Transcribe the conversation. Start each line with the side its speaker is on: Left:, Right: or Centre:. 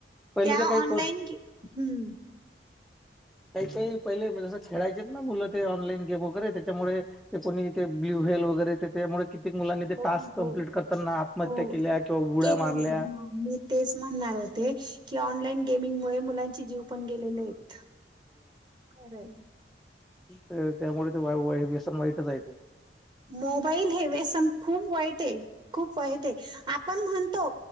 Centre: पहिले
Right: त्या
Centre: ते काही
Right: ऑनलाईन
Centre: को
Right: कि, हम्
Centre: काही काही. पहिले जसं खेळायचे ना मुलं ते ऑनलाईन गेम वगैरे त्याच्यामुळे ते कोणी ते ब्लू वल वगैरे ते त्यामुळे, कित्येक मुलांनी ते
Right: हो
Centre: टास्क
Right: हो
Centre: कंप्लीट करताना आत्महत्या
Right: हो
Centre: केल्या किंवा बुड्या
Right: केलेली
Centre: मारल्या.
Right: हा मी तेच म्हणणार होते की ऑन ऑनलाईन गेमिंग मुलांचे जीव पण गेलेले आहेत. खरय,
Centre: तर त्यामुळे ते वा व्यसन वाईटच आहे ते.
Right: मोबाईल हे व्यसन खूप वाईट आहे. खूप वाईट हे. ते आपण म्हणतो